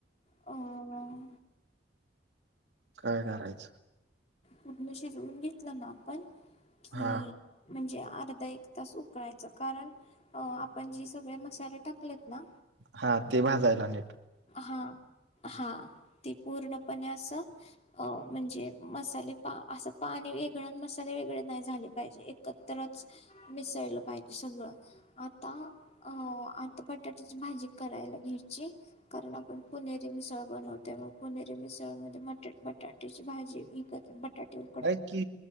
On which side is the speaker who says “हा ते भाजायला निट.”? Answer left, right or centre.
Right